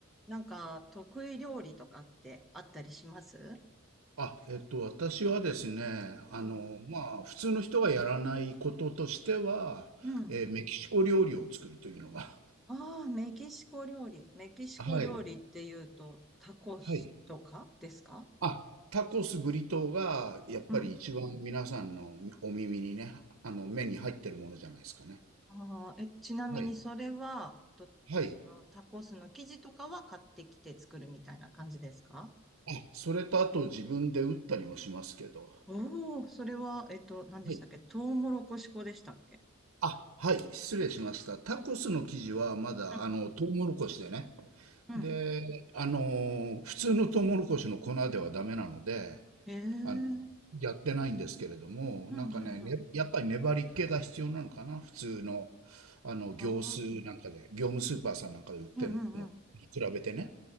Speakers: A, in the centre; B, on the right.
A: なんか、得意料理とかってあったりします
B: あ、えっと、私はですね、
A: うん。
B: あの、まあ、普通の人がやらないこととしては、
A: うん。
B: えーメキシコ料理を作るというのが、
A: ああ、メキシコ料理。メキシコ料理っていうと、
B: <laughs> はい、
A: タコスとかですか
B: はい。あ、タコス、ブリトーが、やっぱり一番皆さんのお耳にね、
A: うん。
B: あの、目に入ってるものじゃないですかね。
A: ああ、え、ちなみにそれは、
B: はい、
A: と、
B: はい。
A: そのタコスの生地とかは買ってきて作るみたいな感じですか
B: あ、それとあと自分で打ったりもしますけど、
A: おおー、それは、えっと、何でしたっけトウモロコシ粉でしたっけ
B: はい。あ、はい、失礼しました。タコスの生地はまだ、
A: う
B: あの、トウモロコシでね、
A: ん、うん。
B: で、あの、普通のトウモロコシの粉ではダメなので、
A: へえ、うん
B: あの、やってないんですけれども、
A: うんうん。
B: なんかね、ね、やっぱり粘り気が必要なのかな、普通の、あの、
A: ああ、
B: 業スーなんかで、業務スーパーさんなんかで売ってるのに比べてね。
A: うんうんうん。